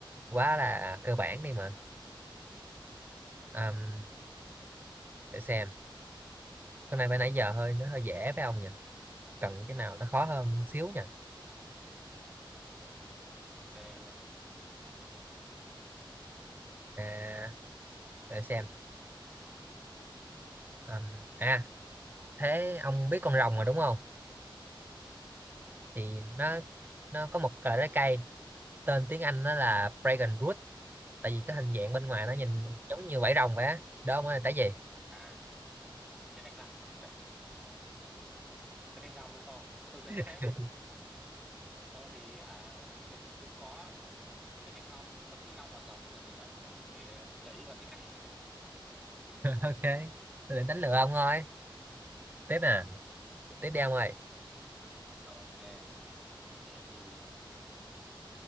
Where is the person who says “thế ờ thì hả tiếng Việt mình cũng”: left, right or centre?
Centre